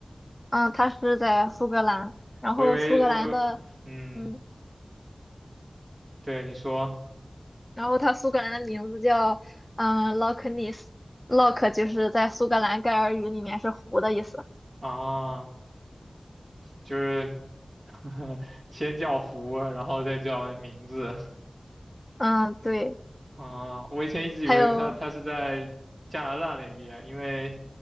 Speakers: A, on the left; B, on the right.
A: 嗯，它是在苏格兰，然后苏格兰的。
B: 我以为我呃，嗯，
A: 嗯。
B: 对你说
A: 然后它苏格兰的名字叫嗯 Loch Ness，Loch 就是在苏格兰盖尔语里面是湖的意思。
B: 啊，就是 <laughs> 先叫湖，然后再叫名字
A: 嗯，对，
B: 啊。我以前一直以为它它是在加拿大那边，
A: 还有
B: 因为